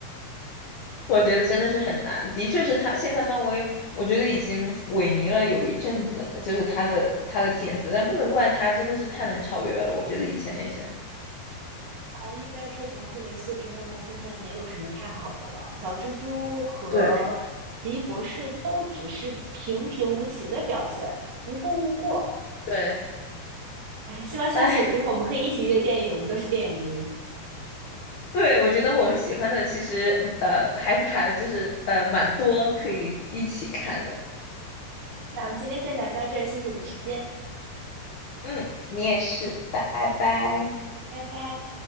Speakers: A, on the left (about 75°); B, on the right (about 80°).
A: 我觉得真的是很难，的确是他现在漫威，我觉得已经萎靡了有一阵子了，就是他的他的片子，但不能怪他，真的是太难超越了，我觉得以前那些。
B: 哦，应该是从复联四之后到现在没有什么太好的了。小蜘蛛和奇异博士都只是平平无奇的表现，
A: 对
B: 无功无过。
A: 对，
B: 哎，希望下次有机会我们可以一起约电影，
A: 哎，
B: 我们都是电影迷。
A: 对，我觉得我们喜欢的其实呃还还就是呃蛮多可以一起看的，
B: 那我们今天先聊到这儿，谢谢你的时间，
A: 嗯，你也是，拜拜。
B: 拜拜。